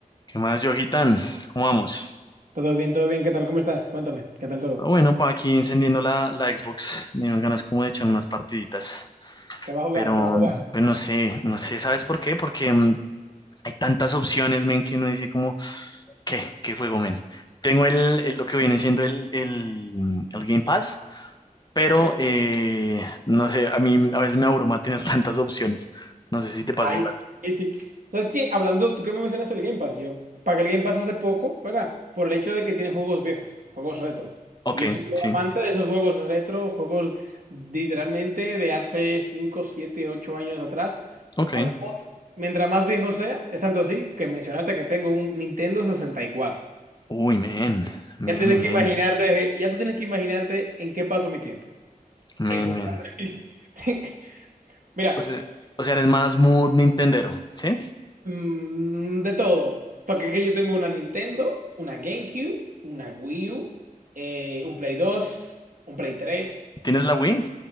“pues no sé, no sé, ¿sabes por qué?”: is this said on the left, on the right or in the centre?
Left